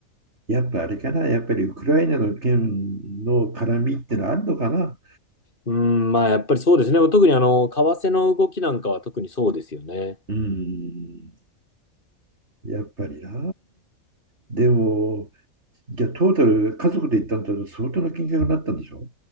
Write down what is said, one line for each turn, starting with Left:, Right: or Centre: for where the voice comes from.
Right: やっぱあれかなやっぱりウクライナの件の絡みってのはあるのかな
Left: うん、まあやっぱりそうですね。特にあの、為替の動きなんかは特にそうですよね。
Right: うんやっぱりな。でも、じゃあトータル、家族で行ったんだと相当な金額になったんでしょ